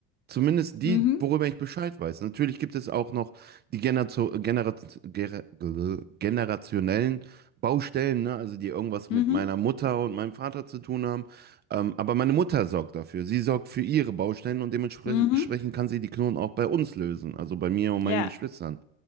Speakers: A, on the right; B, on the left.
A: Zumindest die,
B: Mhm.
A: worüber ich Bescheid weiß. Natürlich gibt es auch noch die Generazo Genera Gera- Gl- generationellen Baustellen, ne? Also die irgendwas
B: Mhm.
A: mit meiner Mutter und meinem Vater zu tun haben. Ähm, aber meine Mutter sorgt dafür. Sie sorgt für ihre Baustellen und dementsprechend
B: Mhm.
A: kann sie die Knoten auch bei uns lösen, also bei mir und
B: Ja.
A: meinen Geschwistern.